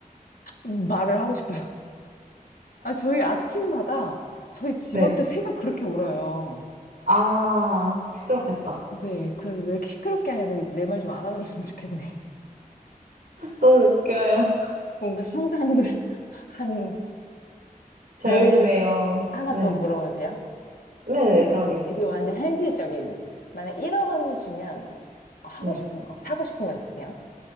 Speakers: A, on the left; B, on the right.
A: 말을 하고 싶어요. 아, 저희 아침마다 저희 집
B: 네.
A: 앞에 새가 그렇게 울어요.
B: 아, 시끄럽겠다.
A: 네, 그래서 왜 이렇게 시끄럽게 하냐고 내 말 좀 알아들었으면 좋겠네.
B: 너무 웃겨요.
A: 뭔가 상상을 <laughs> 한,
B: 재밌네요.
A: 그러면 하나
B: 네.
A: 더 물어봐도 돼요?
B: 네네, 그럼요.
A: 이게 뭐 완전 현실적인. 만약 1억 원을 주면 하고
B: 네.
A: 싶은 거, 사고 싶은 거 있으세요?